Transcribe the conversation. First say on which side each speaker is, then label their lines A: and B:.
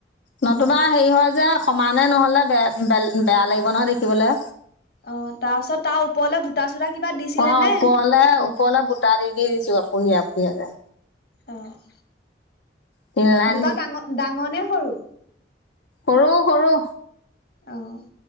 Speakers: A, on the left; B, on the left.
A: নতুবা হেৰি হয় যে সমানে নহলে বে বেল বেয়া লাগিব নহয় দেখিবলে।
B: অ' তাৰ পিছত তাৰ ওপৰলে বুটা চুটা কিবা
A: অঁ
B: দিছিলে নে?
A: <unintelligible> ওপৰলে বুটা দি-দি দিছোঁ, আকুহি-আকুহিয়াকে।
B: অ'!
A: তিনি লাইন
B: বুটা ডাঙ- ডাঙৰ নে সৰু?
A: সৰু-সৰু।
B: অ'!